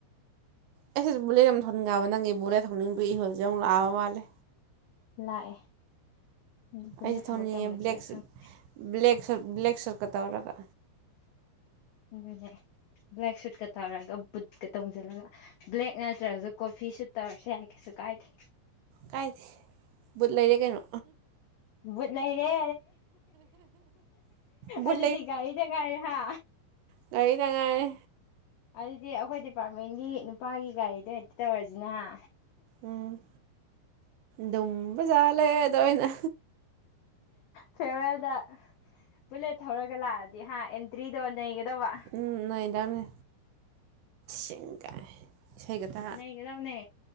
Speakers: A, on the right; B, on the left.
A: ꯑꯩꯁ ꯕꯨꯂꯦ ꯑꯃ ꯊꯧꯅꯤꯡꯉꯦꯕ ꯅꯪꯒꯤ ꯕꯨꯂꯦꯠ ꯊꯧꯅꯤꯡꯕꯗꯨ ꯏꯍꯨꯜꯖꯦ ꯑꯃꯛ ꯂꯥꯛꯑ ꯃꯥꯂꯦ
B: ꯂꯥꯛꯑꯦ ꯑꯗꯨ ꯕꯂꯦꯠ
A: ꯑꯩꯁꯦ
B: ꯊꯧꯕ
A: ꯊꯧꯅꯤꯡꯉꯦ
B: ꯇꯝꯃꯁꯤꯔ
A: ꯕ꯭ꯂꯦꯛ
B: ꯈꯪꯉ
A: ꯕ꯭ꯂꯦꯛ ꯁꯨꯠ ꯕ꯭ꯂꯦꯛ ꯁꯨꯠ ꯀ ꯇꯧꯔꯒ
B: ꯑꯗꯨꯅꯦ ꯕ꯭ꯂꯦꯛ ꯁꯨꯠꯀ ꯇꯧꯔꯒ ꯕꯨꯠꯀ ꯇꯧꯁꯤꯜꯂꯒ ꯕ꯭ꯂꯦꯛ ꯅꯠꯇ꯭ꯔꯁꯨ ꯀꯣꯐꯤꯁꯨ ꯇꯧꯔꯁꯨ ꯌꯥꯏ ꯀꯩꯁꯨ ꯀꯥꯏꯗꯦ
A: ꯀꯥꯏꯗꯦ ꯕꯨꯠ ꯂꯩꯔꯦ ꯀꯩꯅꯣ
B: ꯕꯨꯠ ꯂꯩꯔꯦ
A: ꯕꯨꯠ
B: ꯑꯗꯨꯗꯤ ꯒꯥꯔꯤꯗꯡ ꯉꯥꯏꯔꯦ ꯍꯥ
A: ꯉꯒꯥꯔꯤꯗꯡ ꯉꯥꯏꯔꯦ
B: ꯑꯗꯨꯗꯤ ꯑꯩꯈꯣꯏ ꯗꯤꯄꯥꯔꯠꯃꯦꯟꯒꯤ ꯅꯨꯄꯥꯒꯤ ꯒꯥꯔꯤꯗꯣ ꯍꯦꯛꯇ ꯇꯧꯔꯁꯤꯅ ꯍꯥ
A: ꯎꯝ ꯗꯨꯝꯕꯖꯂꯦꯗ ꯑꯩꯅ
B: ꯐꯦꯌꯔꯋꯦꯜꯗ ꯕꯨꯂꯦꯠ ꯊꯧꯔꯒ ꯂꯥꯛꯑꯗꯤ ꯍꯥ ꯑꯦꯟꯇ꯭ꯔꯤꯗꯣ ꯅꯩꯒꯗꯕ
A: ꯎꯝ ꯅꯩꯗꯥꯅ ꯁꯒꯥꯏ ꯏꯁꯩ ꯈꯛꯇ
B: ꯅꯩꯒꯗꯕꯅꯦ